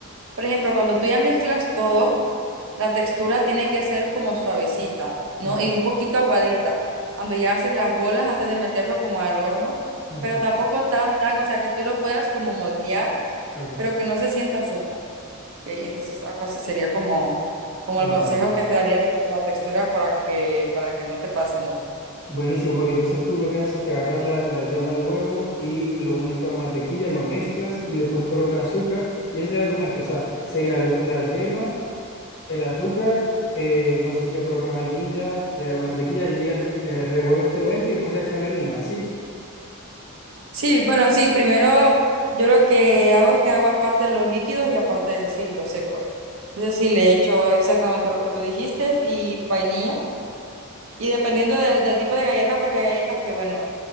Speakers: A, on the right; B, on the left.
A: por ejemplo, cuando tú ya mezclas todo, la textura tiene que ser como suavecita, ¿no?
B: ujú.
A: Y un poquito aguadita. Cuando ya haces las bolas antes de meterlo como al horno,
B: Ujú,
A: pero tampoco tan, tan, o sea, que tú lo puedas como moldear,
B: Ok,
A: pero que no se sienta seca. Ok, Entonces, algo así sería como, como el
B: vale.
A: consejo que te daría de la textura para que, para que no te pase, ¿no?
B: Buenísimo, porque entonces tú lo que haces es que agarras la, la yema del huevo y lo unes con la mantequilla, lo mezclas y le puedes colocar azúcar y esa sería tu mezcla. O sea, sería el hue- la yema, el azúcar, eh, no sé si le colocas vainilla, sería la mantequilla y le, eh, revuelves todo esto y después le echas la harina, así.
A: Sí, bueno, sí, primero yo lo que hago es que hago aparte los líquidos y aparte, sí, los secos. Entonces, sí, le echo exactamente lo que tú dijiste y vainilla. Y dependiendo del, del tipo de galleta, porque hay galletas que, bueno,